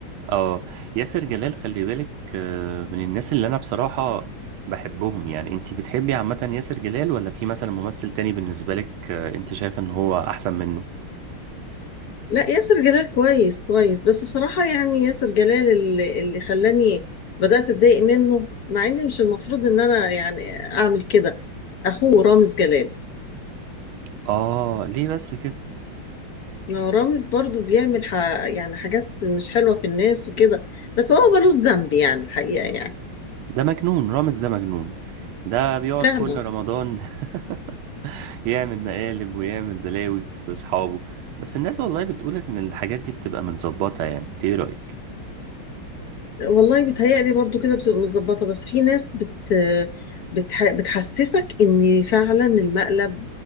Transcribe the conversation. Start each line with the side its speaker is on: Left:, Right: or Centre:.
Right: اه ياسر جلال خلي بالك آه، من الناس اللي انا بصراحة بحبهم يعني انت بتحبي عامة ياسر جلال ولا في مثلا ممثل تاني بالنسبة لك آه، انت شايفه ان هو احسن منه
Left: لا ياسر جلال كويس كويس بس بصراحة يعني ياسر جلال اللي, اللي خلاني بدأت أتضايق منه مع إن مش المفروض إن أنا يعني أعمل كده أخوه رامز جلال
Right: اه ليه بس كده
Left: ما رامز برضو بيعمل ح... يعني حاجات مش حلوة في الناس وكده بس هو ملوش ذنب يعني الحقيقة يعني
Right: ده مجنون رامز ده مجنون ده بيقعد
Left: فعلا
Right: كل رمضان <laughs> يعمل مقالب ويعمل بلاوي في اصحابه بس الناس والله بتقول ان الحاجات دي بتبقى متظبطة يعني انت ايه رأيك
Left: والله بيتهيألي برضو كده بتبقى متظبطة بس في ناس بت بتح... بتحسسك ان فعلا المقلب